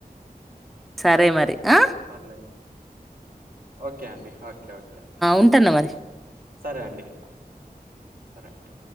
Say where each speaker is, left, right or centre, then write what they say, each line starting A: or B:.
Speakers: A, in the centre; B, on the right.
A: సరే మరి హా
B: పర్లేదు ఓకే అండి ఓకే ఓకే ఓకే
A: ఉంటాను మరి
B: సరే అండి సరే అండి